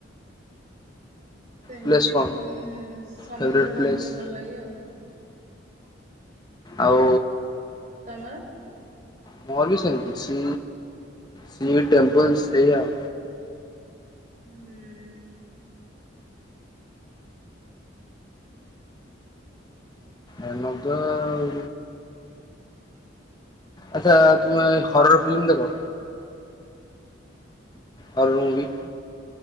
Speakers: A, on the right; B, on the left.
A: ସେମିତି
B: ପ୍ଲେସ୍ କଣ?
A: ସମୁଦ୍ର
B: ଫେବରେଟ୍
A: ଫମୁଦ୍ର
B: ପ୍ଲେସ୍
A: ଭଲ ଲାଗେ ଆଉ।
B: ଆଉ
A: ତମର?
B: ମୋର ବି ସେମିତି ସି ସି ଟେମ୍ପଲସ ସେଇଆଉ।
A: ହୁଁ।
B: ଆନନ୍ଦ ଆଉ। ଆଚ୍ଛା ତୁମେ ହରର ଫିଲ୍ମ ଦେଖ? Horror movie.